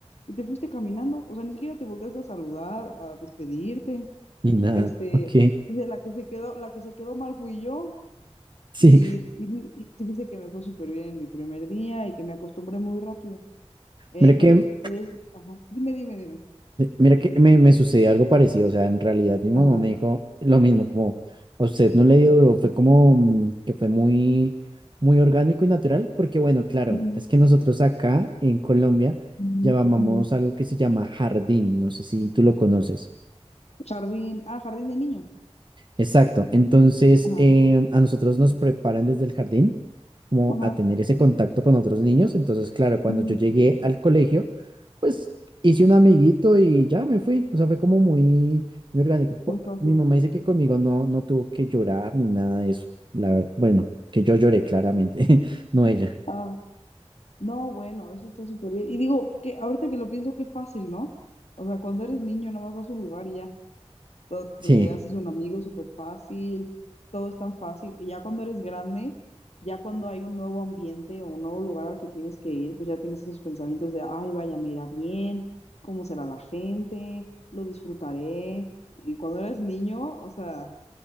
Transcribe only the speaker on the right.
Ni nada,
ok.
Sí,
mira
que,
mira que me, me sucedió algo parecido, o sea, en realidad mi mamá
me dijo lo mismo, como a usted no le dio duro, fue como mm, que fue muy, muy orgánico y natural, porque bueno, claro,
es que nosotros acá en Colombia
llamamos
algo que se llama jardín, no sé si tú lo conoces.
Exacto. Entonces,
eh, a nosotros nos preparan desde el jardín como
a tener ese contacto con otros niños. Entonces, claro, cuando
yo llegué al colegio, pues hice un amiguito y ya me fui. O sea, fue como muy, muy orgánico. Po-
Mi mamá dice que conmigo no, no tuvo que llorar ni nada de eso. La ver- bueno, que yo lloré claramente, <laughs> no ella.
Sí,